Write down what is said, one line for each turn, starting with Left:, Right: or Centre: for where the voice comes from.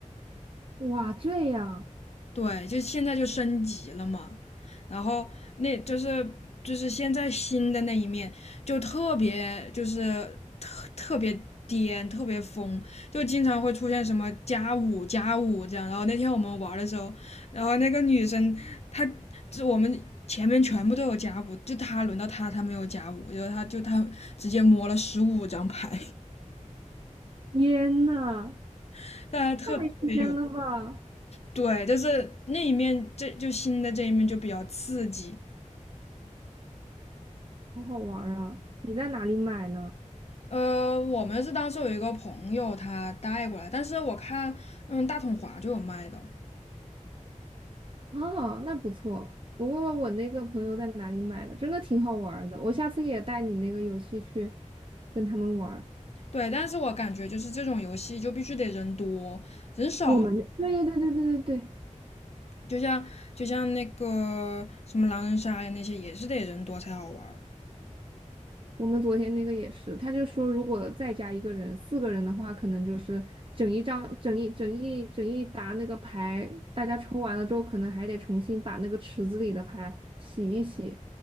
Right: 哇，这样，
Left: 对，就现在就升级了嘛。然后那就是就是现在新的那一面就特别就是特别颠，特别疯，就经常会出现什么加五加五这样。然后那天我们玩的时候，然后那个女生她就我们。前面全部都有加五，就她轮到她她没有加五，就后她就她直接摸了十五张牌，
Right: 天呐，
Left: <laughs> 大家特别有
Right: 太天了吧，
Left: 对，就是那一面，这就新的这一面就比较刺激。
Right: 好好玩儿啊！你在哪里买呢？
Left: 呃，我们是当时有一个朋友他带过来，但是我看，嗯，大统华就有卖的。
Right: 哦，那不错。我问问我那个朋友在哪里买的，真的挺好玩儿的。我下次也带你那个游戏去跟他们玩儿。
Left: 对，但是我感觉就是这种游戏就必须得人多，人少，
Right: 我们对对对对对对对，
Left: 就像就像那个什么狼人杀呀那些，也是得人多才好玩儿
Right: 我们昨天那个也是，他就说如果再加一个人，四个人的话，可能就是整一张、整一、整一、整一沓那个牌，大家抽完了之后，可能还得重新把那个池子里的牌洗一洗，